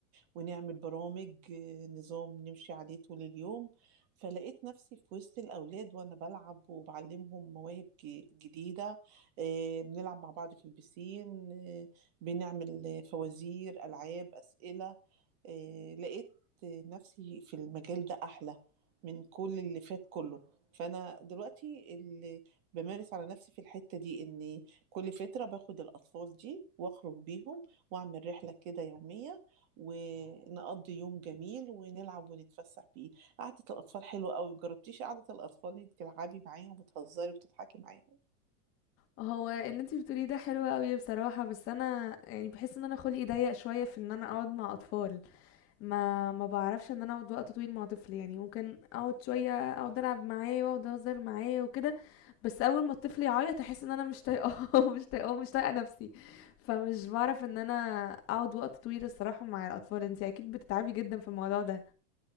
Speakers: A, on the right; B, on the left.
A: ونعمل برامج آه، نظام نمشي عليه طول اليوم، فلقيت نفسي في وسط الأولاد وأنا بالعب وباعلّمهم مواهب ج جديدة، آآ بنلعب مع بعض في البيسين، بنعمل فوازير، ألعاب، أسئلة. آه، لقيت نفسي في المجال ده أحلى من كل اللي فات كله فأنا دلوقتي اللي بمارس على نفسي في الحتة دي إن كل فترة باخد الأطفال دي وأخرج بيهم وأعمل رحلة كده يومية ونقضي يوم جميل ونلعب ونتفسح بيه قعدة الأطفال حلوة أوي مجربتيش قعدة الأطفال إنك تلعبي معاهم وتهزري وتضحكي معاهم
B: هو اللي انتي بتقوليه ده حلو قوي بصراحة بس انا يعني بحس ان انا خلقي ضيق شوية في ان انا اقعد مع اطفال ما ما بعرفش ان انا اقعد وقت طويل مع طفل يعني ممكن اقعد شويه اقعد العب معاه واقعد اهزر معاه وكده بس اول ما الطفل يعيط احس ان انا مش طايقاه <laughs> مش طايقاه مش طايقه نفسي فمش بعرف ان انا اقعد وقت طويل الصراحه مع الاطفال انتي اكيد بتتعبي جدا في الموضوع ده